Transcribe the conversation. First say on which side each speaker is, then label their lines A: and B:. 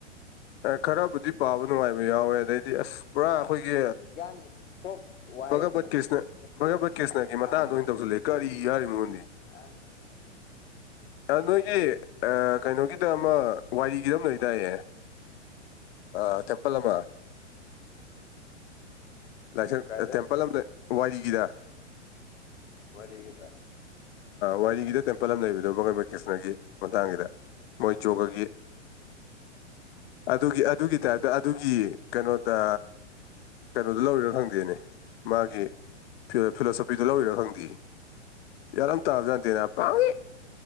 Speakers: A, on the left (about 55°); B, on the left (about 80°).
A: ꯈꯔꯕꯨꯗꯤ ꯄꯥꯕ ꯅꯨꯡꯉꯥꯏꯕ ꯌꯥꯎꯋꯦ ꯑꯗꯩꯗꯤ ꯑꯁ ꯄꯨꯔꯥ ꯑꯩꯈꯣꯏꯒꯤ
B: ꯒ꯭ꯌꯥꯟ ꯇꯣꯞ ꯋꯥꯍꯩꯗꯨ
A: ꯚꯥꯒꯕꯠ ꯀ꯭ꯔꯤꯁꯅ
B: ꯇꯣꯞ
A: ꯚꯒꯕꯠ ꯀ꯭ꯔꯤꯁꯅꯒꯤ
B: ꯑꯥ
A: ꯃꯇꯥꯡꯗ ꯑꯣꯏꯅ ꯇꯧꯁꯤꯜꯂꯛꯌꯦ ꯀꯔꯤ ꯍꯔꯤꯅꯣ ꯈꯪꯗꯦ
B: ꯑꯁ
A: ꯅꯣꯏꯒꯤ ꯀꯩꯅꯣꯒꯤꯗ ꯑꯃ ꯋꯥꯏꯔꯤꯒꯤꯗ ꯑꯃ ꯂꯩꯗꯥꯢꯅꯦ ꯑ ꯇꯦꯝꯄꯜ ꯑꯃ ꯂꯥꯏꯁꯪ
B: ꯀꯥꯏꯗ
A: ꯇꯦꯝꯄꯜ ꯑꯃ ꯋꯥꯔꯤꯒꯤꯗ
B: ꯋꯥꯔꯤꯒꯤꯗ
A: ꯋꯥꯏꯔꯤꯒꯤꯗ ꯇꯦꯝꯄꯜ ꯑꯃ ꯂꯩꯕꯗꯣ ꯕꯒꯕꯥꯟ ꯀ꯭ꯔꯤꯁꯅꯒꯤ ꯃꯇꯥꯡꯒꯤꯗ ꯃꯣꯏ ꯌꯣꯒꯒꯤ ꯑꯗꯨꯒꯤ ꯑꯗꯨꯒꯤ ꯇꯥꯏꯞꯇ ꯑꯗꯨꯒꯤ ꯀꯩꯅꯣꯗ ꯀꯩꯅꯣꯗ ꯂꯧꯔꯤꯔꯣ ꯈꯪꯗꯦꯅꯦ ꯃꯥꯒꯤ ꯐꯤꯂꯣꯁꯣꯐꯤꯗ ꯂꯧꯔꯤꯔꯣ ꯈꯪꯗꯤꯌꯦ ꯒꯌ꯭ꯥꯟ ꯑꯃ ꯇꯥꯕ ꯖꯥꯠ ꯅꯠꯇꯦꯗ ꯄꯪꯢꯛ